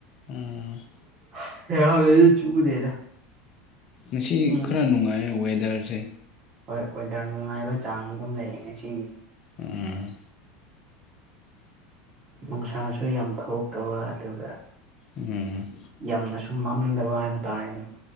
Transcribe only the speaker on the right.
<unintelligible> ꯆꯨꯗꯦꯗ
ꯑꯗꯨꯝ
ꯍꯣꯏ ꯋꯦꯗꯔ ꯅꯨꯡꯉꯥꯏꯕ ꯆꯥꯡ ꯑꯗꯨꯝ ꯂꯩꯌꯦ ꯉꯁꯤꯒꯤ
ꯅꯨꯡꯁꯥꯁꯨ ꯌꯥꯝ ꯊꯣꯛꯇꯕ ꯑꯗꯨꯒ
ꯌꯥꯝꯅꯁꯨ ꯃꯝꯗꯕ ꯍꯥꯏꯕ ꯇꯥꯔꯦ ꯑꯗꯨꯝ